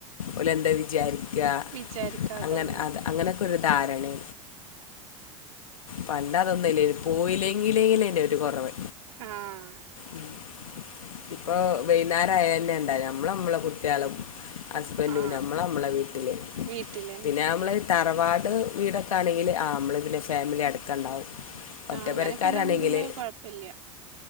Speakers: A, on the left; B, on the right.
A: ഓലെന്താ വിചാരി ക്കാ
B: വിചാരിക്കാതാണ്
A: അങ്ങനെ അത് അങ്ങനെയൊക്കെ ഒരു ധാരണെണ് പണ്ട് അതൊന്നുംല്ലേനു പോയില്ലെങ്കിലേനു ഒരു കുറവ്
B: ആഹ്
A: ഉം ഇപ്പൊ വെയ്ന്നാരായന്നെണ്ടല്ലോ അമ്മളും അമ്മളെ കുട്ടിയാളും ഹസ്ബൻഡും
B: ആഹ്
A: നമ്മൾ നമ്മളെ വീട്ടിൽ
B: വീട്ടിലന്നെ
A: പിന്നെ നമ്മൾ തറവാട് വീടൊക്കെ ആണെങ്കിൽ ആ നമ്മള പിന്നെ ഫാമിലി അടക്കണ്ടാവും
B: ആഹ്
A: ഒറ്റ
B: അങ്ങനൊക്കെ
A: പെരക്കാരാണെങ്കില്
B: ഉണ്ടാവുമ്പോ പിന്നെ കൊഴപ്പല്ല്യ